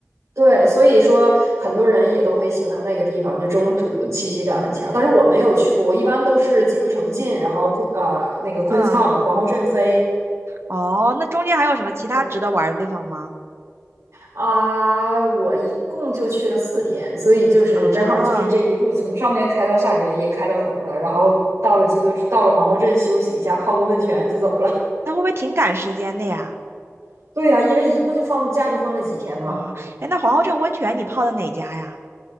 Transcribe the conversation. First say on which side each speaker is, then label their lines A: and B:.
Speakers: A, on the right; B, on the right.
A: 对，所以说很多人也都会喜欢那个地方，就中土气息感很强。但是我没有去过，我一般都是基督城进，然后昆呃那个 Queenstown
B: 嗯，
A: 皇后镇飞。
B: 哦，那中间还有什么其他值得玩儿的地方吗？
A: 对。啊，我一共就去了四天，所以就是正好就是这一路从上边开到下边，
B: 啊，
A: 也开到头了，然后到了基督，到了皇后镇休息一下，泡个温泉就走了。
B: 那会不会挺赶时间的呀？
A: <laughs> 对呀，因为一共就放假就放这几天嘛。
B: 啊，哎，那皇后镇温泉你泡的哪家呀？